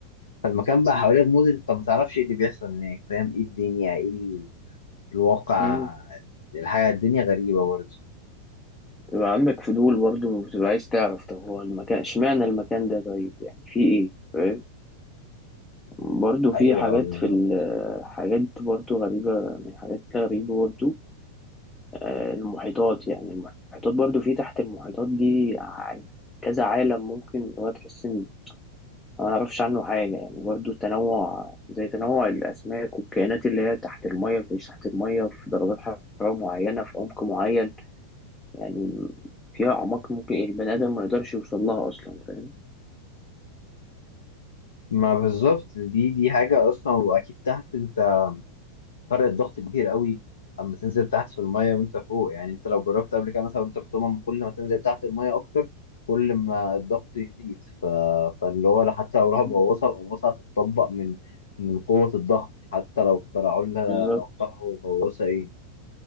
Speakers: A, on the left (about 65°); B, on the left (about 15°).
A: فالمكان بقى حواليه غموض انت ما تعرفش ايه اللي بيحصل هناك فاهم ايه الدنيا ايه ال- الواقع
B: مم.
A: الحياة الدنيا غريبة برضه
B: بتبقى عندك فضول برضه وبتبقى عايز تعرف طب هو المكان اشمعنى المكان ده طيب يعني في إيه فاهم؟ برضه في
A: ايوه
B: حاجات
A: بالظبط
B: في ال- حاجات برضه غريبة من الحاجات الغريبة برضه آه، المحيطات يعني المحيطات برضه في تحت المحيطات دي ع- يعني كذا عالم ممكن اللي هو تحس إن ما اعرفش عنه حاجة يعني برضو التنوع زي تنوع الأسماك والكائنات اللي هي تحت المية بتعيش تحت المية في درجات حرارة معينة في عمق معين يعني فيها أعماق ممكن البني آدم ما يقدرش يوصل لها أصلا فاهم
A: ما بالظبط دي دي حاجة اصلا واكيد تحت انت فرق الضغط كبير قوي اما تنزل تحت في الميه وانت فوق يعني انت لو جربت قبل كده مثلا وانت بتقوم أما كل ما تنزل تحت الميه اكتر كل ما الضغط يزيد ف... فاللي هو حتى لو راح
B: مم.
A: غواصه الغواصه هتتطبق من من قوه الضغط حتى لو اخترعوا لها
B: بالظبط
A: لو اخترعوا غواصه ايه